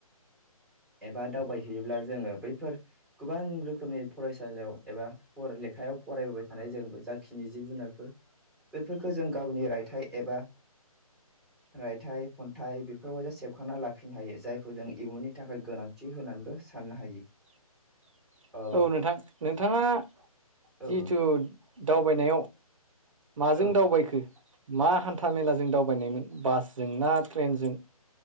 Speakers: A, on the right (about 55°); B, in the centre.
A: <inaudible>
B: एबा दावबायहैयोब्ला जोङो बैफोर गोबां रोखोमनि फरायसालियाव एबा फ लेखायाव फरायबोबाय थानाय जों जाखिनि जिब जुनारफोर बेफोरखौ जों गावनि रायथाइ एबा
A: <inaudible>
B: रायथाइ-खन्थाइ बेफोरबायदि सेबखांना लाखिनो हायो । जायखौ जों इयुननि थाखाय गोनांथि होनानैबो साननो हायो।
A: <inaudible>
B: ओ
A: औ नोंथां । नोंथाङा
B: औ
A: जिथु
B: नोंथां
A: दावबायनायाव माजों
B: औ
A: दावबायखो? मा हान्था मेलाजों दावबायनायमोन बासजों ना ट्रेनजों?